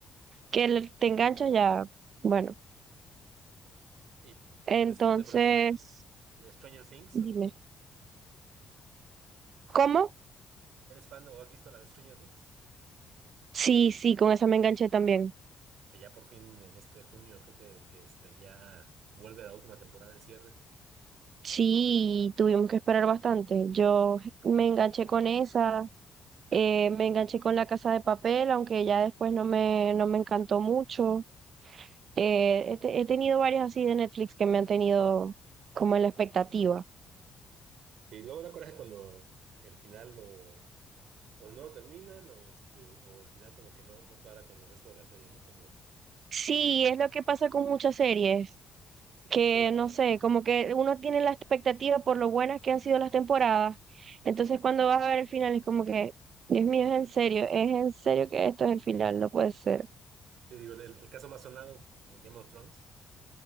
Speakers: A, on the right; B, on the right.
A: que le- te enganchas ya, bueno.
B: ¿Y
A: Entonces,
B: eres fan de, por ejemplo, de, de Stranger Things?
A: dime,
B: ¿O
A: ¿cómo?
B: eres fan de- o has visto la de Stranger Things?
A: Sí, sí, con esa me enganché también.
B: que ya por fin en este junio creo que, que este, ya vuelve la última temporada del cierre.
A: Sí, tuvimos que esperar bastante. Yo me enganché con esa, eh, me enganché con La Casa de Papel, aunque ya después no me, no me encantó mucho. Eh, he, te- he tenido varias así de Netflix que me han tenido como en la expectativa.
B: Y luego da coraje cuando el final lo, o no lo terminan o, este, o el final como que no, no cuadra con el resto de la serie, ¿no? Como,
A: Sí, es lo que pasa con muchas series,
B: sí,
A: que
B: como, como-
A: no sé, como que uno tiene la expectativa por lo buenas que han sido las temporadas. Entonces cuando vas a ver el final es como que, Dios mío, es en serio, es en serio que esto es el final, no puede ser.
B: te digo, el, el caso más sonado, eh, Game of Thrones,